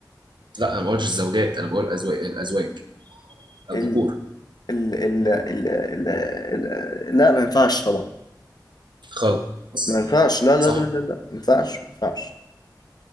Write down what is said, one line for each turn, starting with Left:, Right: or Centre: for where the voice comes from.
Right: لا انا ما قلتش الزوجات انا بقول ازواج الازواج الذكور
Left: ال ال ال ال ال ال لا ما ينفعش طبعا
Right: خالص
Left: ما ينفعش لا لا
Right: صح
Left: لا لا لا ما ينفعش ما ينفعش